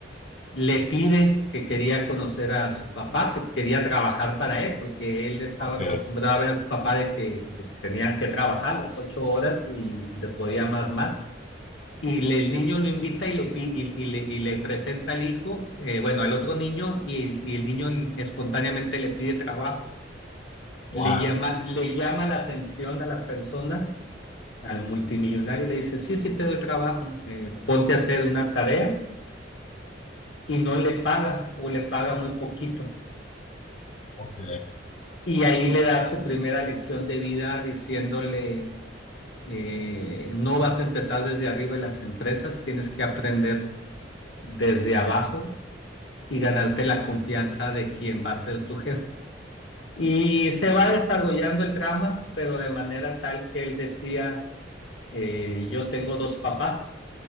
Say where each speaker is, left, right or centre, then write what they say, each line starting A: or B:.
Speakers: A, on the left; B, on the left.
A: le pide que quería conocer a su papá, que quería trabajar para él, porque él estaba
B: Ok.
A: acostumbrado a ver a su papá de que, de que tenía que trabajar las ocho horas y si se podía más, más. Y le- el niño lo invita y le, pi- y, y le, y le presenta al hijo, eh, bueno, al otro niño, y, y el niño espontáneamente le pide trabajo. Le
B: Wow.
A: llama, le llama la atención a la persona, al multimillonario, y le dice, sí, sí te doy trabajo, eh, ponte a hacer una tarea, y no le paga o le paga muy poquito.
B: Ok.
A: Y ahí le da su primera lección de vida diciéndole, eh, no vas a empezar desde arriba en las empresas, tienes que aprender desde abajo y ganarte la confianza de quien va a ser tu jefe. Y se va desarrollando el drama, pero de manera tal que él decía, eh, yo tengo dos papás,